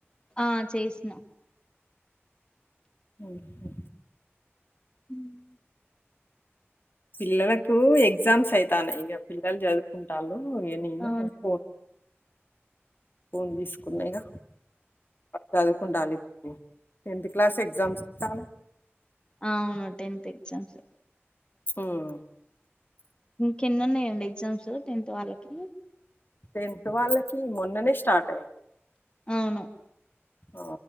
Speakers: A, on the left; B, on the left.
A: ఆ చేసిన
B: ఉ హు
A: ఉమ్
B: పిల్లలకు ఎగ్జామ్స్ అయితన్నై ఇగ పిల్లలు చదువుకుంటాలు ఇగ నేను
A: అవును
B: పో ఫోన్ తీసుకున్నా ఇగ చదువుకుంటాలి కు టెన్త్ క్లాస్ ఎగ్జామ్స్ కని
A: అవును టెన్త్ ఎగ్జామ్స్
B: ఉమ్
A: ఇంకెన్ని ఉన్నాయండి ఎగ్జామ్స్ టెన్త్ వాళ్ళకి
B: టెన్త్ వాళ్ళకి మొన్ననే స్టార్ట్ అయింది
A: అవును
B: ఆ